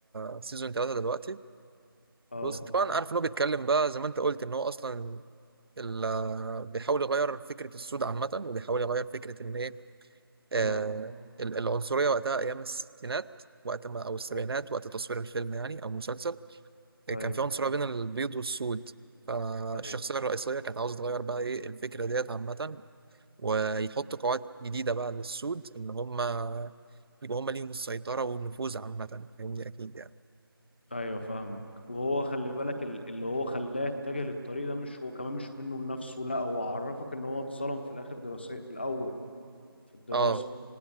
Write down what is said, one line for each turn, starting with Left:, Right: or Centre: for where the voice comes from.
Right: السيزون 3 دلوقتي
Left: اه
Right: بص طبعا عارف ان هو بيتكلم بقى زي ما انت قلت ان هو اصلا ال- آه، بيحاول يغير فكره السود عامه وبيحاول يغير فكره ان ايه آه
Left: اه
Right: ال- العنصريه وقتها ايام الستينات وقت ما او السبعينات
Left: طيب
Right: وقت تصوير الفيلم يعني او المسلسل
Left: طيب
Right: كان في عنصريه بين البيض والسود فالشخصيه
Left: طيب
Right: الرئيسيه كانت عاوزه تغير بقى ايه الفكره ديت عامه ويحط قواعد جديده بقى للسود ان هم يبقى هم ليهم السيطره والنفوذ عامه فاهمني اكيد يعني
Left: ايوه فاهمك وهو خلي بالك ال- اللي هو خلاه يتجه للطريق ده مش هو كمان مش منه لنفسه لا هو عرفك ان هو اتظلم في الاخر دراسي في الاول في الدراسة
Right: اه